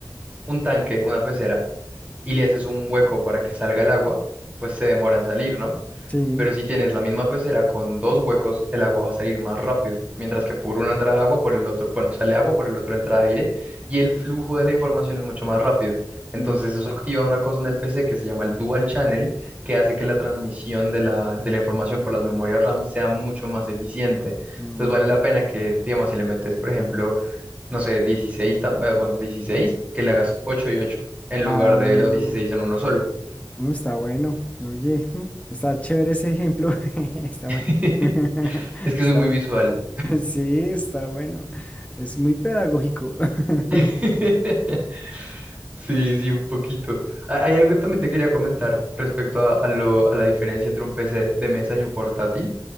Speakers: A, on the right (about 20°); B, on the left (about 15°).
A: un tanque, una pecera, y le haces un hueco para que salga el agua, pues se demora en salir, ¿no?
B: Sí.
A: Pero si tienes la misma pecera con dos huecos, el agua va a salir más rápido, mientras que por una entra agua, por el otro, bueno, sale agua, por el otro entra aire, y el flujo de la información es mucho más rápido. Entonces
B: Mm,
A: eso activa una cosa en el PC que se llama el dual channel, que hace que la transmisión de la, de la información por las memorias RAM sea mucho más eficiente.
B: mm.
A: Entonces vale la pena que, digamos, si le metes, por ejemplo, no sé, 16, tam- eh, bueno, 16, que le hagas 8 y 8, en lugar
B: Ah,
A: de los 16 en uno solo.
B: No está bueno. Oye, mm, está chévere ese ejemplo. <laughs> Está
A: <laughs>
B: bueno. <laughs>
A: Es que
B: Está
A: soy muy
B: bueno.
A: visual.
B: <laughs> Sí, está bueno. Es muy pedagógico. <laughs>
A: <laughs> Sí, sí, un poquito. Ha- Hay algo que también te quería comentar respecto a, a lo- a la diferencia entre un PC de mesa y un portátil.